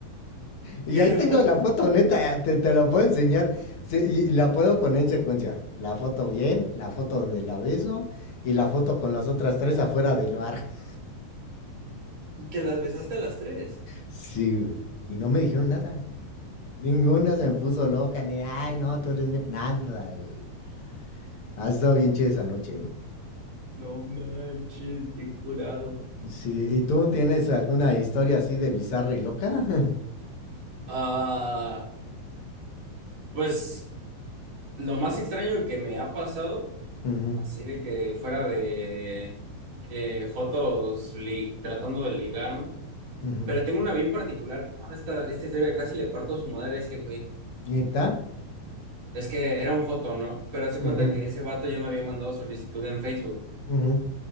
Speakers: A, on the left; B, on the right.
A: Y
B: pero
A: ahí tengo
B: <laughs>
A: la foto, neta, te, te la puedo enseñar. Se- y la puedo poner en secuencia. La foto bien, la foto donde la beso y la foto con las otras tres afuera del bar. <laughs>
B: y que las besaste a las tres.
A: Sí, güey. Y no me dijeron nada. Ninguna se me puso loca, ni, ay, no, tú eres mío". Nada, güey. Ha estado bien chida esa noche, ¿eh?
B: No manches, qué curado.
A: Sí, ¿y tú tienes alguna historia así de bizarra y loca? <laughs>
B: Ah, pues lo más extraño que me ha pasado,
A: Ujú,
B: así de que fuera de que Jotos li- tratando de ligarme,
A: ujú.
B: pero tengo una bien particular. Ah, Esta, esta historia casi le parto a su madre a ese güey.
A: ¿Neta?
B: Es que era un joto, ¿no? Pero hace
A: Ujú.
B: cuenta que ese vato ya me había mandado solicitud en Facebook
A: Ujú.